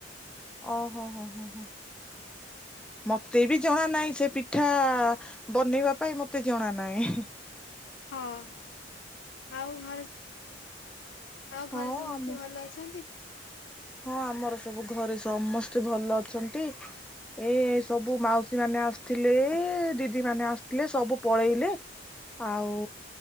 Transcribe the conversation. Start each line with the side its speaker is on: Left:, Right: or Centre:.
Centre: ଓହୋ ହୋ ହୋ। ମତେ ବି ଜଣା ନାହିଁ ସେ ପିଠା ବନେଇବା ପାଇଁ ମତେ ଜଣା ନାହିଁ।
Left: ହଁ ଆଉ ଘରେ ଆଉ
Centre: ହଁ
Left: ଘରେ ସମସ୍ତେ
Centre: ଆମ
Left: ଭଲ ଅଛନ୍ତି?
Centre: ହଁ, ଆମର ସବୁ ଘରେ ସମସ୍ତେ ଭଲ ଅଛନ୍ତି। ଏସବୁ ମାଉସୀ ମାନେ ଆସିଥିଲେ ଦିଦି ମାନେ ଆସିଥିଲେ ସବୁ ପଳେଇଲେ। ଆଉ